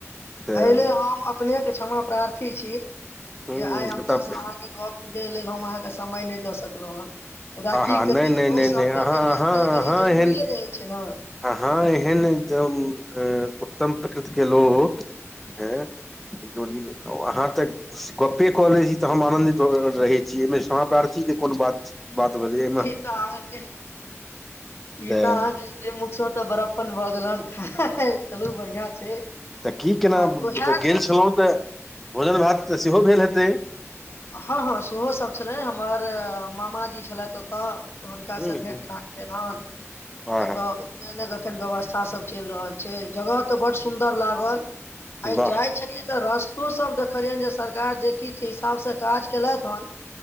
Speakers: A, in the centre; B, on the left (about 55°).
A: तऽ
B: ऐले हम अपने के क्षमा प्रार्थी छी
A: हूँ
B: जे आइ हमरा
A: तब
B: से अहाँ के गप के लेल हम अहाँके समय नहि दऽ सकलहुँ हेन ओदा
A: आहा
B: की
A: नहि
B: करियए
A: नहि
B: इहो
A: नहि नहि
B: शब्द
A: अहाँ
B: के
A: अहाँ
B: देखनाइ कनी
A: अहाँ
B: जरूरिेए
A: एहन
B: रहै छै ने
A: अहाँ एहन जब उत्तम प्रकृतिके लोक हँ देख अहाँ तऽ गप्पे कऽ ले छी तऽ हम आनंदित रहैत छी मे सह क्षमाप्रार्थी के कोन बात बात बे
B: ई तऽ अहा के ई
A: तऽ
B: त अहा के स मुख तऽ बरफ्पन भऽ गेलन चलू बढ़िया छै
A: तऽ की केना
B: उएह
A: गेल
B: जे
A: छलहुँ तऽ भोजन भात तऽ सेहो भेल हेतै
B: हँ हँ सेहोसभ छलै हमर मामाजी छलैथ ओतय हुनकासँ
A: ह
B: भेँट घाँट भेल हन
A: आहा
B: ओतऽ एखन व्यवस्था सब चलि रहल छै जगह तऽ बड्ड सुन्दर लागल आइ
A: वाह
B: जाइत छलियै तऽ रस्तो सब देखलियनि जे सरकार जे किछ हिसाबसँ काज केलैथ हन